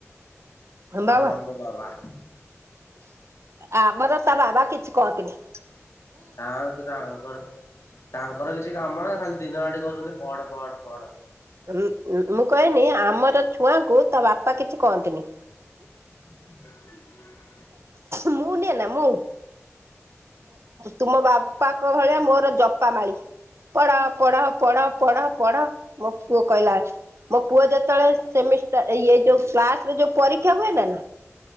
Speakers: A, on the left; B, on the right.
A: ହଁ
B: ବାବା
A: ଆମ ବାବା।
B: ଆମର ତା ବାବା କିଛି କହତିନି।
A: ତା ତାଙ୍କର ତାଙ୍କର କିଛି କାମ ନାହିଁ ଖାଲି ଦିନ ଆଡେ କହୁଛନ୍ତି ପଢ଼ ପଢ଼ ପଢ଼।
B: ଉଁ ମୁଁ କହିନି ଆମର ଛୁଆଙ୍କୁ ତା ବାପା କିଛି କହନ୍ତିନି।
A: ହ <inaudible>
B: ମୁଁ ନିଏନା ମୁଁ? ତୁମ ବାପାଙ୍କ ଭଳିଆ ମୋର ଜପା ମାାଳି। ପଢା ପଢା ପଢା ପଢ ପଢ ମୋ ପୁଅ କହିଲା ମୋ ପୁଅ ଯେତେବେଳେ ସେମିଷ୍ଟା ଇଏ ଯୋଉ କ୍ଲାସରେ ଯୋଉ ପରୀକ୍ଷା ହୁଏ ନା ନା